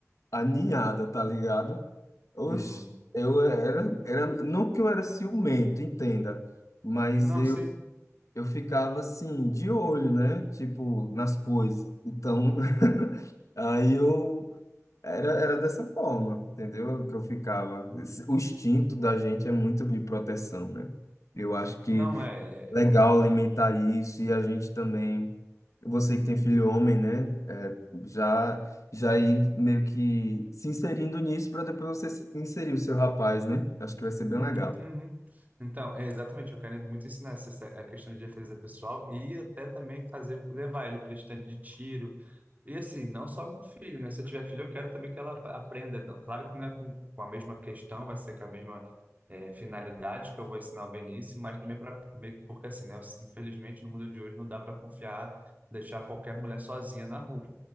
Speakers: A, on the left; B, on the right.
A: a ninhada, tá ligado? Oxe,
B: uhum.
A: eu era, era. Não que eu era ciumento, entenda, mas
B: Não,
A: eu,
B: sim,
A: eu ficava assim, de olho, né? Tipo, nas coisas. Então, <laughs> aí eu. Era, era dessa forma, entendeu? Que eu ficava. Esse- O instinto da gente é muito de proteção, né? Eu acho que
B: não é.
A: é legal
B: é.
A: alimentar isso e a gente também, você que tem filho homem, né? É, já, já ir meio que se inserindo nisso para depois você se- inserir o seu rapaz, né? Acho que vai ser bem
B: Uhum,
A: legal.
B: uhum. Então, é exatamente, eu quero muito ensinar essa, essa- a questão de defesa pessoal e até também fazer, levar ele para estande de tiro. E assim, não só meu filho, né? Se eu tiver filho, eu quero também que ela ap- aprenda. Não, claro que não é com, com a mesma questão, vai ser com a mesma é, finalidade que eu vou ensinar o Benício, mas também para. Porque assim, né? Infelizmente, no mundo de hoje não dá para confiar, deixar qualquer mulher sozinha na rua.